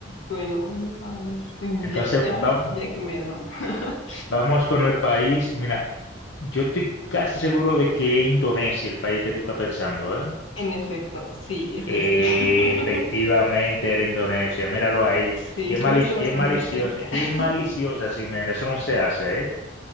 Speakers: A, on the left; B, on the left.
A: Bueno, a ver. mm,
B: Entonces,
A: Ya, ya,
B: va-
A: ya que me, ¿no? <laughs>
B: vamos con el país. Mira, yo estoy casi seguro de que es Indonesia, el país que tú estás pensando, ¿eh?
A: En efecto, sí, es así.
B: Efectivamente,
A: <laughs>
B: era Indonesia, míralo ahí.
A: Sí,
B: Qué
A: estuviste
B: mali-
A: bastante
B: qué maliciosa,
A: cerca.
B: qué
A: <laughs>
B: maliciosa, Ximena. Eso no se hace, ¿eh?